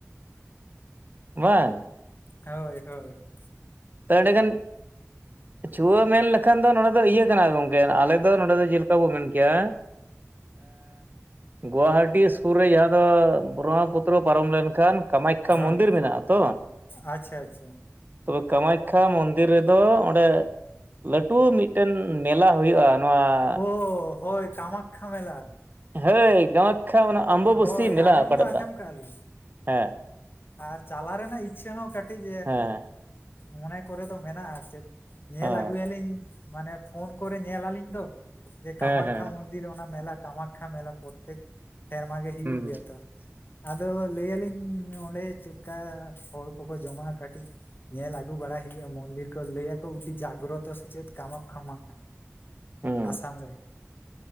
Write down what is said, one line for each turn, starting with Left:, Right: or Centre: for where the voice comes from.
Right: ᱵᱟᱝ
Left: ᱦᱳᱭ ᱦᱳᱭ
Right: ᱛᱮ ᱮᱸᱰᱮ ᱜᱟᱱ ᱪᱷᱩᱣᱟᱹ ᱢᱮᱱ ᱞᱮᱠᱷᱟᱱ ᱫᱚ ᱱᱚᱰᱮ ᱫᱚ ᱤᱭᱟᱹ ᱠᱟᱱᱟ ᱜᱚᱝᱠᱮ ᱟᱞᱮ ᱫᱚ ᱱᱚᱰᱮ ᱫᱚ ᱡᱮᱞᱮᱠᱟ ᱵᱚ ᱢᱮᱱ ᱠᱮᱭᱟ ᱜᱚᱣᱟᱴ ᱴᱤ ᱥᱩᱨ ᱨᱮ ᱡᱟᱦᱟᱸ ᱫᱚ ᱵᱨᱚᱦᱢᱟ ᱯᱩᱛᱨᱚ ᱯᱟᱨᱚᱢ ᱞᱮᱱᱠᱷᱟᱱ ᱠᱟᱢᱟᱠᱷᱟᱭᱟ
Left: ᱦᱚᱸ
Right: ᱢᱚᱱᱫᱤᱨ ᱢᱮᱱᱟᱜᱼᱟ ᱛᱚ
Left: ᱟᱪᱪᱷᱟ ᱟᱪᱪᱷᱟ
Right: ᱛᱚᱵᱮ ᱠᱟᱢᱟᱠᱷᱟᱭᱟ ᱢᱚᱱᱫᱤᱨ ᱨᱮᱫᱚ ᱚᱸᱰᱮ ᱞᱟᱹᱴᱩ ᱢᱤᱫᱴᱮᱱ ᱢᱮᱞᱟ ᱦᱩᱭᱩᱜᱼᱟ᱾ ᱱᱚᱣᱟ
Left: ᱚ ᱦᱳᱭ ᱠᱟᱢᱟᱠᱷᱟ ᱢᱮᱞᱟ
Right: ᱦᱳᱭ ᱠᱟᱢᱟᱠᱠᱷᱟ ᱚᱱᱟ ᱟᱢᱵᱚ ᱵᱚᱥᱥᱤ
Left: ᱦᱳᱭ
Right: ᱢᱮᱞᱟ
Left: ᱟᱸᱡᱚᱢ
Right: ᱚᱠᱟᱴᱟᱜ
Left: ᱫᱚ ᱟᱸᱡᱚᱢ
Right: ᱛᱟᱢ
Left: ᱠᱟᱜᱼᱟ ᱞᱤᱧ
Right: ᱦᱮᱸ
Left: ᱟᱨ ᱪᱟᱞᱟ ᱨᱮᱱᱟᱜ ᱤᱪᱪᱷᱟᱹ ᱦᱚᱸ ᱠᱟᱹᱴᱤᱡᱽ
Right: ᱦᱮᱸ
Left: ᱢᱚᱱᱮ ᱠᱚᱨᱮ ᱫᱚ ᱢᱮᱱᱟᱜᱼᱟ ᱟᱨ ᱪᱮᱫ ᱧᱮᱞ
Right: ᱚ
Left: ᱟᱹᱜᱩ ᱭᱟᱞᱤᱧ ᱢᱟᱱᱮ ᱯᱷᱳᱱ ᱠᱚᱨᱮ ᱧᱮᱞ ᱟᱹᱞᱤᱧ ᱛᱚ᱾ ᱡᱮ
Right: ᱦᱮᱸ
Left: ᱠᱟᱢᱟᱠᱠᱷᱟ
Right: ᱦᱮᱸ
Left: ᱢᱚᱱᱫᱤᱨ ᱚᱱᱟ ᱢᱮᱞᱟ ᱠᱟᱢᱟᱠᱠᱷᱟ ᱢᱮᱞᱟ ᱯᱨᱚᱛᱮᱠ ᱥᱮᱨᱢᱟ ᱜᱮ ᱦᱩᱭᱩᱜ
Right: ᱦᱩᱸ
Left: ᱜᱮᱭᱟ ᱛᱚ ᱟᱫᱚ ᱞᱟᱹᱭ ᱟᱞᱤᱧ ᱚᱸᱰᱮ ᱪᱮᱫ ᱞᱮᱠᱟ ᱦᱚᱲ ᱠᱚᱠᱚ ᱡᱚᱢᱟᱼᱟ ᱠᱟᱹᱴᱤᱡᱽ ᱧᱮᱞ ᱟᱹᱜᱩ ᱵᱟᱲᱟᱭ ᱦᱩᱭᱩᱜ ᱢᱚᱱᱫᱤᱨ ᱠᱚ ᱞᱟᱹᱭ ᱭᱟᱠᱚ ᱩᱫᱤ ᱡᱟᱜᱨᱚᱛᱚ ᱥᱮ ᱪᱮᱫ ᱠᱟᱢᱟᱠᱷᱟ ᱢᱟ
Right: ᱦᱩᱸ
Left: ᱟᱥᱟᱢ ᱨᱮ